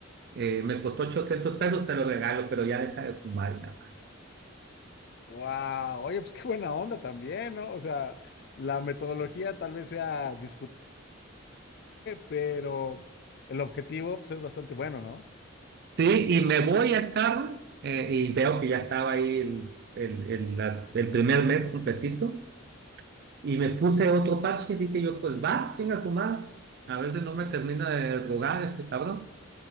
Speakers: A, on the right (about 55°); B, on the left (about 55°).
A: Eh, me costó 800 pesos, te lo regalo, pero ya deja de fumar. y nada más.
B: Wow, oye, pues qué buena onda también, ¿no? O sea, la metodología tal vez sea discutible, pero el objetivo, pues, es bastante bueno, ¿no?
A: Sí, y me voy al carro eh, y veo que ya estaba ahí el, el, el, la- el primer mes completito. Y me puse otro parche y dije yo, pues va, chinga su madre. A veces no me termina de drogar este cabrón.